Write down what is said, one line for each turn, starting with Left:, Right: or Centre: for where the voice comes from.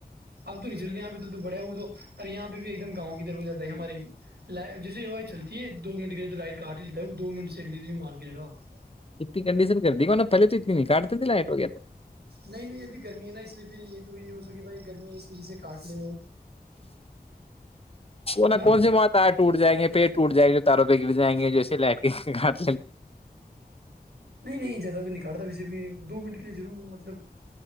Right: اب تو نچلتے یہ پہ تو تو بڑیا ہوا تو <inaudible> اورر یہاں پہ بھی ایک دم گاؤں کی طرف ہو جات ہے ہمارے بھی جیسے ہو چلتی ہے دو منٹ کے لائٹ کا ہٹ جلتا ہے وہ دو منٹ سے لی مار کے آپ
Left: اتنی کنڈیشن کر دی نا پہے تو اتنی نکٹتے لائٹ وغیرہ
Right: نہیں نہیں ابھی گرمی ہے نا اس لیے پھر یہ تو یہ ہو سکے بھائی گرمی ہے اس وجہ سے کاٹ لے وہ
Left: وہ نا
Right: ہاں
Left: کون سی موت آئے ٹوٹ جائیں گے پیٹ اٹ جائے تاروں پیک بھی جائیں گے جیسے لے کے گات
Right: نہیں نہیں نکھارتا وے بھی دو منٹ کے لیے ضرور مطلب